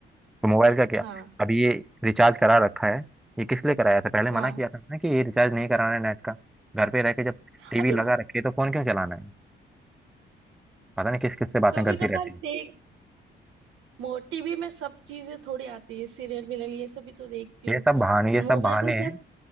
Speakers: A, in the centre; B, on the right.
A: तो मोबाइल का क्या
B: हाँ
A: अभी ये रिचार्ज करा रखा है ये किस लिए कराया था पहले
B: हाँ
A: मना किया था ना कि ये रिचार्ज नहीं कराना है नेट का घर पे रह के जब टीवी
B: अभी
A: लगा रखी है तो फोन क्यों चलाना है पता नहीं किस किस से बातें
B: कभी
A: करती
B: कभार
A: रहती है
B: देख मोटी भी मैं सब चीजें थोड़ी आती है सीरियल मिलन ये सब भी तो देखती
A: ये
B: हूँ
A: सब बहाने ये सब
B: मोबाइल
A: बहाने
B: पे
A: हैं
B: जब